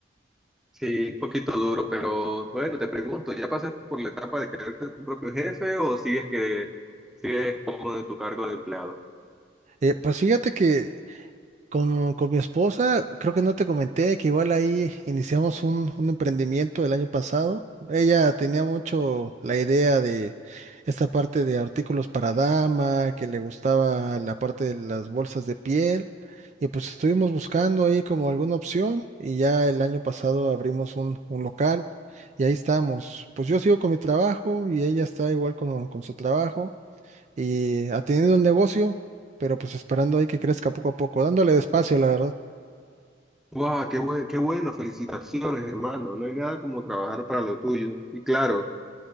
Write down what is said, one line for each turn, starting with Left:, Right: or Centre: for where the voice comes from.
Centre: Sí, es un poquito duro, pero bueno, te pregunto, ¿ya pasaste por la etapa de querer ser tu propio jefe o sigues que sigues como de tu cargo de empleado?
Right: Eh, pues fíjate que Con, con mi esposa, creo que no te comenté que igual ahí iniciamos un, un emprendimiento el año pasado. Ella tenía mucho la idea de esta parte de artículos para dama, que le gustaba la parte de las bolsas de piel. Y pues estuvimos buscando ahí como alguna opción y ya el año pasado abrimos un, un local y ahí estamos. Pues yo sigo con mi trabajo y ella está igual con, con su trabajo y atendiendo el negocio, pero pues esperando ahí que crezca poco a poco, dándole despacio, la verdad.
Centre: ¡Wow! ¡Qué buen- qué bueno! Felicitaciones, hermano. No hay nada como trabajar para lo tuyo. Y claro,